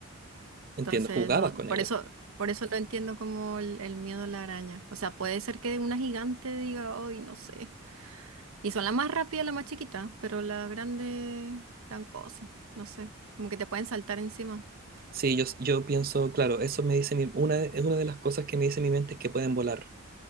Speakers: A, on the right; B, on the right.
A: entiendo,
B: Entonces,
A: jugaba
B: no,
A: con
B: por
A: ella.
B: eso, por eso no entiendo como el, el miedo a la araña. O sea, puede ser que una gigante diga, hoy no sé. Y son las más rápidas las más chiquitas pero la grande, dan cosas no sé, como que te pueden saltar encima.
A: Sí, yo, yo pienso, claro, eso me dice mi, una, es una de las cosas que me dice mi mente es que pueden volar